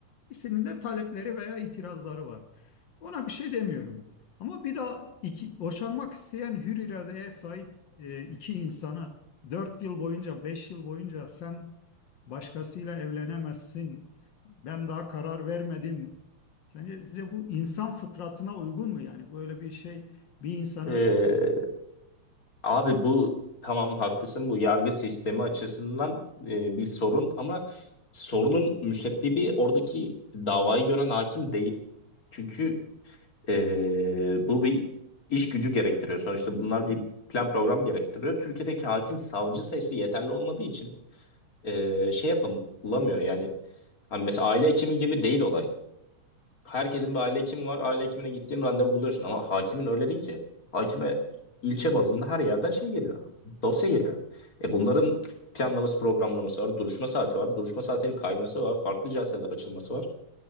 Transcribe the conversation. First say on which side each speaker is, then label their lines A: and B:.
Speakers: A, on the left; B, on the left.
A: İkisinin de talepleri veya itirazları var. Ona bir şey demiyorum. Ama bir daha iki, boşanmak isteyen hür iradeye sahip e, iki insana dört yıl boyunca, beş yıl boyunca sen başkasıyla evlenemezsin. Ben daha karar vermedim. Sence size bu insan fıtratına uygun mu? Yani böyle bir şey bir insanı
B: Ee, abi bu tamam haklısın bu yargı sistemi açısından e, bir sorun ama sorunun müsebbibi oradaki davayı gören hakim değil. Çünkü e, bu bir iş gücü gerektiriyor. Sonuçta bunlar bir plan program gerektiriyor. Türkiye'deki hakim savcı sayısı yeterli olmadığı için e, şey yapamıyor yani hani mesela aile hekimi gibi değil olay. herkesin bir aile hekimi var. Aile hekimine gittiğin randevu buluyorsun ama hakimin öyle değil ki. Hakime ilçe bazında her yerden şey geliyor. Dosya geliyor. E bunların planlaması, programlaması var. Duruşma saati var. Duruşma saatinin kayması var. Farklı celseler açılması var.